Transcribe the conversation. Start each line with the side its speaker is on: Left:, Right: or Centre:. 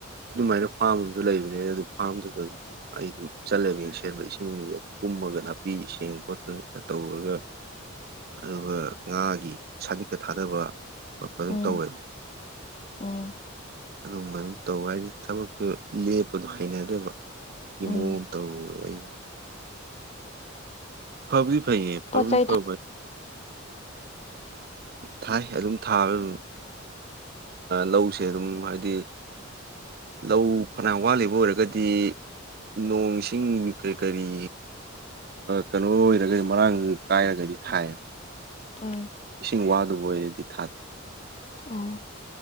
Right: ꯑꯗꯨꯃꯥꯏꯅ ꯐꯥꯔꯝ ꯑꯃꯁꯨ ꯂꯩꯕꯅꯦ ꯑꯗꯨ ꯐꯥꯔꯝꯗꯨꯁꯨ ꯑꯗꯨꯝ ꯑꯩꯝ ꯆꯠꯂꯦꯕ ꯌꯦꯡ ꯁꯦꯝꯕ ꯏꯁꯤꯡꯗ ꯀꯨꯝꯃꯒ ꯅꯥꯄꯤ ꯏꯁꯤꯡꯦꯡ ꯈꯣꯠꯠꯇꯅꯒ ꯇꯧꯔꯒ ꯑꯗꯨꯒ ꯉꯥꯒꯤ ꯁꯥꯖꯤꯀ ꯊꯥꯗꯕ ꯑꯗꯨꯝ
Left: ꯎꯝ
Right: ꯇꯧꯋꯦꯕ
Left: ꯎꯝ
Right: ꯑꯗꯨꯒꯝꯕ ꯑꯗꯨꯝ ꯇꯧ ꯍꯥꯏꯗꯤꯦ ꯊꯕꯛꯁꯨꯨ ꯂꯦꯞꯄꯗꯣ ꯍꯩꯅꯗ꯭ꯔꯦꯕ ꯏ
Left: ꯎꯝ
Right: ꯃꯑꯣꯡ ꯇꯧ ꯑꯩ ꯐꯕꯔꯤ ꯐꯌꯦ ꯐꯕꯔꯤ
Left: ꯄꯣꯠ ꯆꯩ
Right: ꯐ ꯊꯥꯏ ꯑꯗꯨꯝ ꯊꯥꯕ ꯑꯗꯨ ꯂꯧꯁꯦ ꯑꯗꯨꯝ ꯍꯥꯏꯕꯗꯤ ꯂꯧ ꯐꯅ ꯋꯥꯠꯂꯤꯕ ꯑꯣꯏꯔꯒꯗꯤ ꯅꯣꯡ ꯏꯁꯤꯡ ꯀꯔꯤ ꯀꯔꯤ ꯀꯩꯅꯣ ꯑꯣꯏꯔꯒꯗꯤ ꯃꯔꯥꯡ ꯀꯥꯏꯔꯒꯗꯤ ꯊꯥꯏꯌꯦꯕ
Left: ꯎꯝ
Right: ꯏꯁꯤꯡ ꯋꯥꯗꯕꯔꯗꯤ ꯊꯥꯗꯦ
Left: ꯑꯣ